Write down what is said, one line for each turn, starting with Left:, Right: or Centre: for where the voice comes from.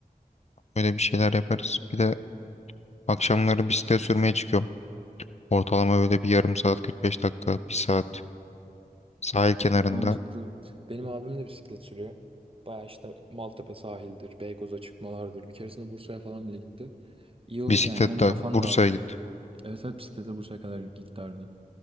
Left: Öyle bir şeyler yaparız. Bir de akşamları bisiklet sürmeye çıkıyorum. Ortalama böyle bir yarım saat 45 dakika bir saat sahil kenarında
Right: Mantıklı. Benim abim de bisiklet sürüyor. Baya işte Maltepe sahildir, Beykoz'a çıkmalardır. Bir keresinde Bursa'ya falan bile gitti. İyi olur
Left: bisikletle
Right: yani hem kafan
Left: Bursa'ya
Right: dağılır.
Left: gittim.
Right: Evet evet bisikletle Bursa'ya kadar giderdi.